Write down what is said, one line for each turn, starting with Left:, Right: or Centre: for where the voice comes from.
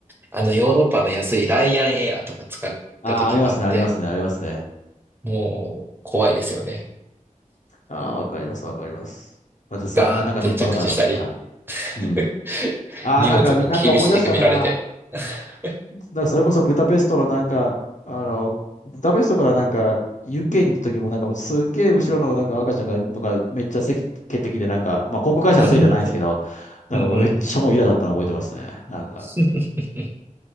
Right: あのヨーロッパの安いライアンエアとか使った時もあって、
Left: <laughs> あー、ありますね、ありますね、ありますね。
Right: もう怖いですよね。
Left: ああ、わかります、わかります。私、
Right: ガーンって着地したり、
Left: そあ、なんか乗ったことあります。はい。
Right: <laughs>
Left: うん。ああ、
Right: 荷物も厳しく見られて。
Left: なんか、みなんか思い出したな。
Right: <laughs>
Left: なんからそれこそブダペストのなんか、あの、ブダペストからなんか、UK に行った時もなんかもうすっげえ後ろのなんか赤ちゃんがなんかめっちゃ席蹴ってきてなんか、まあ航空会社のせいじゃないんですけど、
Right: うん
Left: なんかもうめっちゃもうイラだったの覚えてますね。
Right: うんうん
Left: なんか、
Right: <laughs>